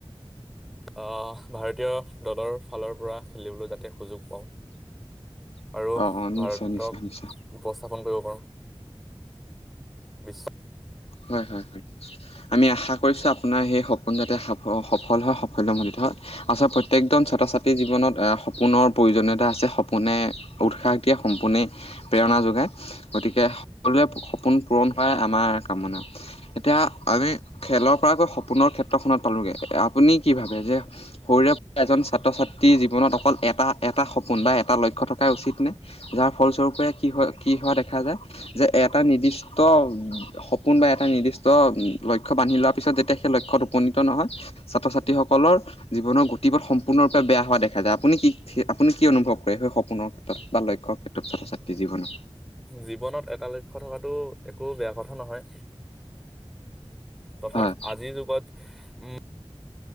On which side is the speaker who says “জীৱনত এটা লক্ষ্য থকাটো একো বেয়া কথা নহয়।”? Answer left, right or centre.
Centre